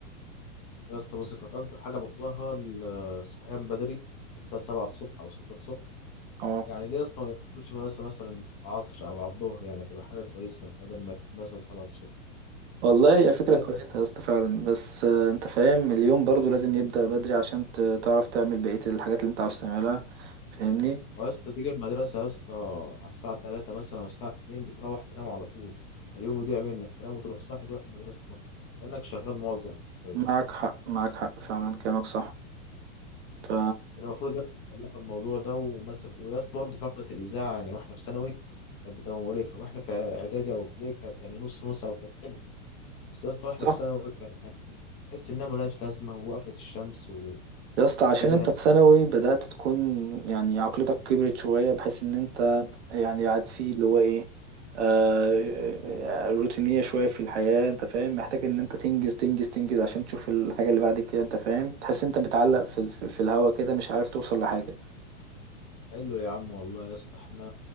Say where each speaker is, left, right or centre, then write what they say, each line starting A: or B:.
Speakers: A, on the left (about 20°); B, on the right (about 55°).
A: يا اسطى بص كانت أكتر حاجة بكرهها الصحيان بدري الساعة 7 الصبح أو 6 الصبح
B: اه
A: يعني ليه يا اسطى ما يدخلوش مدرسة مثلا العصر أو على الظهر يعني تبقى حاجة كويسة بدل ما يكون مثلا 7 الصبح
B: والله هي فكرة
A: فاهم
B: كويسة يا اسطى فعلا بس آه، انت فاهم اليوم برضو لازم يبدأ بدري عشان ت- تعرف تعمل بقية الحاجات اللي انت عاوز تعملها فاهمني
A: ويا اسطى تيجي المدرسة يا اسطى على الساعة 3 مثلا أو الساعة 2 بتروح تنام على طول اليوم يضيع منك تنام وتروح صاحي تروح المدرسة مرة. كأنك شغال موظف كويس
B: معك حق معك حق فعلا كلامك صح ف
A: كان المفروض يا اسطى يطلعوا الموضوع ده ومثلا ويا اسطى برضه فقرة الإذاعة يعني واحنا في ثانوي كانت بتبقى مقرفة واحنا في إعدادي أو ابتدائي كانت يعني نص نص أو كانت حلوة بس يا اسطى واحنا
B: صح
A: في ثانوي كانت يعني تحس إنها ملهاش لازمة ووقفت الشمس و-
B: يا اسطى
A: وكده
B: عشان انت
A: يعني
B: في ثانوي بدأت تكون يعني عقلتك كبرت شوية بحيث ان انت يعني قاعد فيه اللي هو ايه آه آه، روتينية شوية في الحياة انت فاهم محتاج ان انت تنجز تنجز تنجز عشان تشوف الحاجة اللي بعد كده انت فاهم تحس انت متعلق في, في, في الهوا كده مش عارف توصل لحاجة
A: حلو يا عم والله يا اسطى احنا